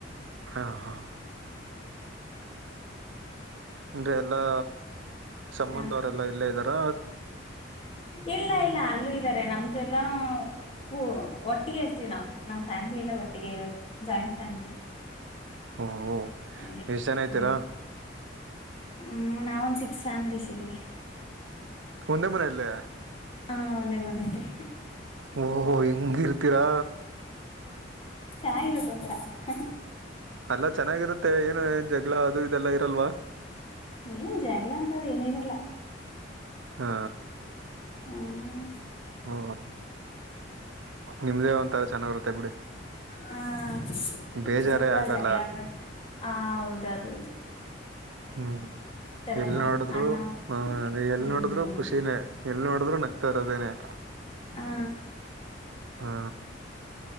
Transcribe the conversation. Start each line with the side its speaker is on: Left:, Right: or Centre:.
Right: ಹಾ ಹಾ ಅಂದ್ರೆ ಎಲ್ಲಾ ಸಂಬಂಧವರೆಲ್ಲಾ
Left: ಹ
Right: ಇಲ್ಲೇ ಇದ್ದಾರ
Left: ಇಲ್ಲ ಇಲ್ಲ ಅಲ್ಲೂ ಇದ್ದಾರೆ ನಮ್ದುಲ್ಲ ಹ ಒಟ್ಟಿಗೆ ಇರ್ತೀವಿ ನಾವವು ನಮ್ ಫ್ಯಾಮಿಲಿ ಎಲ್ಲ ಒಟ್ಟಿಗೆ ಇರದ ಜಾಯಿಂಟ್ ಫ್ಯಾಮಿಲಿ
Right: ಓಹೋ
Left: ಹಗೆ
Right: ಎಷ್ಟ್ ಜನ ಇದ್ದೀರಾ
Left: ಹ್ಮ ಹ್ಮ್ ನಾವ ಒಂದ್ಸ ಸ್ಯಾಮ್ಲಸ್ ಇದೆ
Right: ಮುಂದ ಮನ ಅಲ್ಲೇ
Left: ಹಾಂ ಅದೇ ಮನೆಯಲ್ಲಿ
Right: ಓ ಹೆಂಗ ಇತೀರಾ
Left: ಚೆನ್ನಾಗಿರುತ್ತೆ ಒಂಥರ ಹ
Right: ಅಲ್ಲಾ ಚೆನ್ನಾಗಿರುತ್ತೆ ಏನು ಏನ್ ಜಗಳ ಅದು ಇದೆಲ್ಲ ಇರಲ್ವ
Left: ಏನ್ ಜಗಳ ಅಂತಾರ ಏನಿರಲ್ಲ
Right: ಹಾ
Left: ಹ್ಮ್
Right: ಓ ನಿಮ್ದೇ ಒಂತಥರ ಚೆನ್ನಾಗಿರುತ್ತೆ ಬಿಡಿ
Left: ಹ
Right: ಬೇಜಾರೇ
Left: ಏನಲ್ಲ
Right: ಆಗಲ್ಲ
Left: ಜಗಳ ಅನ್ನೋದು ಹ ಹೌದ್ದೌದು
Right: ಹ್ಮ್ ಎಲ್ಲಿ
Left: ಅಲ್ವಾ
Right: ನೋಡಿದ್ರು
Left: ಅನ್ನೋ
Right: ಹ ಎಲ್
Left: ಹ್ಮ್
Right: ನೋಡಿದ್ರು ಖುಷಿನೇ ಎ ನೋಡಿದ್ರೂ ನಗ್ತಾರೋದೇನೆ
Left: ಹಾ
Right: ಹ್ಮ